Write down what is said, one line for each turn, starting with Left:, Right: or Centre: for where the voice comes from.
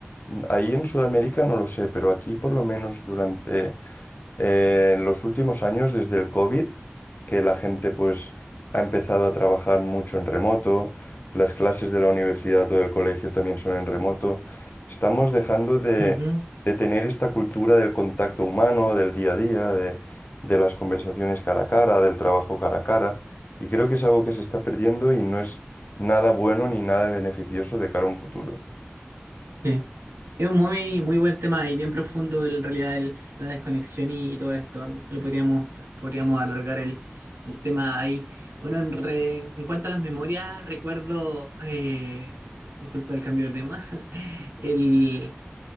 Left: ahí en Sudamérica no lo sé, pero aquí por lo menos durante eh, en los últimos años, desde el COVID, que la gente pues ha empezado a trabajar mucho en remoto, las clases de la universidad o del colegio también son en remoto, estamos dejando de,
Right: ujú.
Left: de tener esta cultura del contacto humano, del día a día, de, de las conversaciones cara a cara, del trabajo cara a cara, y creo que es algo que se está perdiendo y no es nada bueno ni nada beneficioso de cara a un futuro.
Right: Sí. Es un muy, muy buen tema y bien profundo en realidad el- la desconexión y, y todo esto. Lo podríamos, podríamos alargar el, el tema ahí. Bueno, en, re- en cuanto a las memorias, recuerdo, eh, disculpa el cambio de tema, <laughs> el,